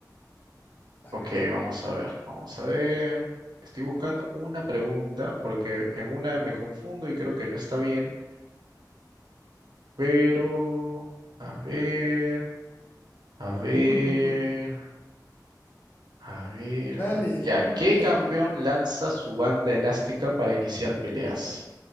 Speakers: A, on the left (about 30°); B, on the right (about 75°).
A: A
B: Ok,
A: ver.
B: vamos a ver, vamos a ver. Estoy buscando una pregunta porque en una me confundo y creo que no está bien, pero a ver, a
A: <laughs>
B: ver, a ver,
A: Dale,
B: a ver.
A: escoge
B: Ya,
A: cualquiera.
B: ¿qué campeón lanza su banda elástica para iniciar peleas?